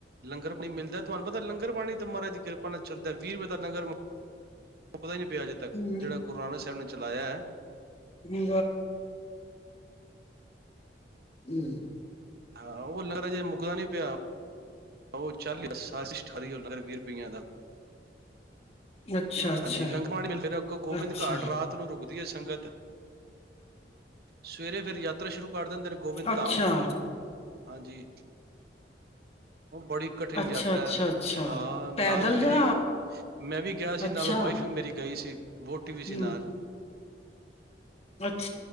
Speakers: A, on the right (about 60°); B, on the left (about 35°).
A: ਲੰਗਰ ਪਾਣੀ ਮਿਲਦਾ ਤੁਹਾਨੂੰ ਪਤਾ ਲੰਗਰ ਪਾਣੀ ਤਾਂ ਮਹਾਰਾਜ ਦੀ ਕਿਰਪਾ ਨਾਲ ਚੱਲਦਾ ਵੀਹ ਰੁਪਏ ਦਾ ਲੰਗਰ ਮੁੱਕਦਾ ਹੀ ਨਹੀਂ ਪਿਆ ਅਜੇ ਤੱਕ
B: ਹਮ
A: ਜਿਹੜਾ ਗੁਰੂ ਨਾਨਕ ਸਾਹਿਬ ਨੇ ਚਲਾਇਆ ਹੈ
B: ਹਮ ਹਮ।
A: ਹਾਂ ਉਹ ਲਗਰ ਚੇ ਮੁੱਕਦਾ ਨਹੀ ਪਿਆ। ਉਹ ਚੱਲ ਖਾਰੀ ਹੋ ਲਗਰ ਵੀਹ ਰੁਪਈਆਂ ਦਾ।
B: ਅੱਛਾ ਅੱਛਾ
A: ਹਾਂਜੀ ਲੰਗ ਪਾਣੀ ਮਿਲਦੇ ਅਗੋ ਗੋਬਿੰਦ
B: ਅੱਛਾ
A: ਘਾਟ ਰਾਤ ਨੂੰ ਰੁਕਦੇ ਸੰਗਤ ਸਵੇਰੇ ਫਿਰ ਯਾਤਰਾ ਸ਼ੁਰੂ ਦੇਂਦੇ ਨੇ ਗੋਬਿੰਦ
B: ਅੱਛਾ
A: ਧਾਮ ਹਾਂਜੀ। ਉਹ ਬੜੀ ਕਠਿਨ
B: ਅੱਛਾ
A: ਯਾਤਰਾ
B: ਅੱਛਾ
A: ਹੈ
B: ਅੱਛਾ
A: ਹਾਂ ਨਾਲ
B: ਪੈਦਲ
A: ਮੇਰੀ
B: ਜਾ
A: ਮੈਂ ਵੀ ਗਿਆ ਸੀ
B: ਅੱਛਾ
A: ਨਾਲ ਵਾਈਫ ਵੀ ਮੇਰੀ ਗਈ ਸੀ। ਵੋਟੀ ਵੀ ਸੀ
B: ਹੂੰ
A: ਨਾਲ।
B: ਅੱਛ